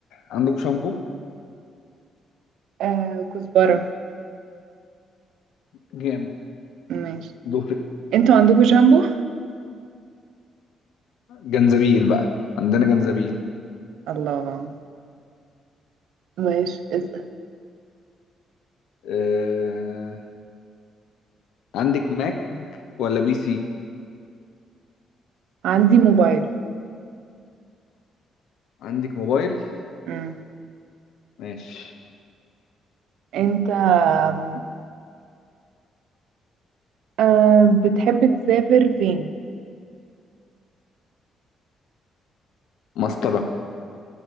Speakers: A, on the left (about 85°); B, on the right (about 80°).
A: عندكم شامبو
B: آه كزبرة
A: جامد
B: ماشي
A: دور
B: انتوا عندكم شامبو
A: جنزبيل بقى عندنا جنزبيل
B: الله ماشي اسأل
A: آه... عندك ماك ولا بي سي
B: عندي موبايل
A: عندك موبايل
B: مم.
A: ماشي
B: انت آم، آه بتحب تسافر فين
A: مسطرة